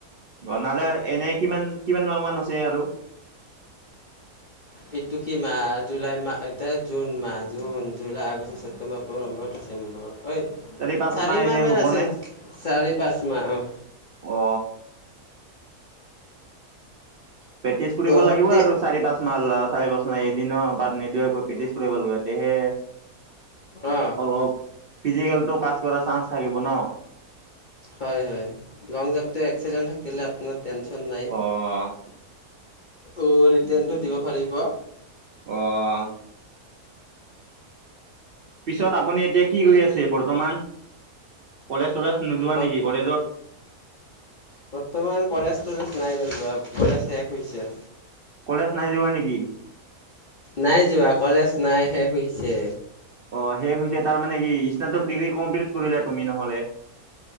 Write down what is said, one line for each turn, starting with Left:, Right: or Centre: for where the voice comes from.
Right: বনালে এনে কিমান কিমান মাহ মান আছে? আৰু
Left: এই টো কি মাহ জুলাই মাহ এতিয়া জুন মাহ June, July, August, September, October, November, December. হয়।
Right: পাঁচ
Left: চাৰি
Right: এনে
Left: মাহ মান
Right: হ'বনে
Left: আছে চাৰি পাঁচ মাহ। অ
Right: অ প্ৰেক্টিছ কৰিব লাগিব
Left: সদে
Right: আৰু চাৰি পাঁচ মাহ চাৰি পাঁচ মাহ এদিনো বাদ নিদিয়াকৈ প্ৰেক্টিছ কৰিব লাগিব। তেহে।।
Left: অ
Right: অলপ ফিজিকেলটো পাছ- কৰা চাঞ্চ থাকিব ন?
Left: হয় হয় লং জাপটো এক্সিলেণ্ট থাকিলে আপোনাৰ টেনচন নাই।
Right: অ'
Left: অ ৰিটেৰ্ণ টোত দিব পাৰিব।
Right: অহ আ পিছত আপুনি এতিয়া কি কৰি আছে বৰ্তমান? কলেজ।। চলেজ নোযোৱা
Left: ব
Right: নেকি কলেজত
Left: বৰ্তমান কলেজ তলেজ নাই ৰ যোৱা। কলেজ শেষ হৈছে।
Right: কলেজ নাই যোৱা নেকি?
Left: নাই যোৱা কলেজ নাই শেষ হৈছে।
Right: অ শেষ হৈছে তাৰ মানে কি স্নাতক ডিগ্ৰী কমপ্লিট কৰিলা? তুমি নহলে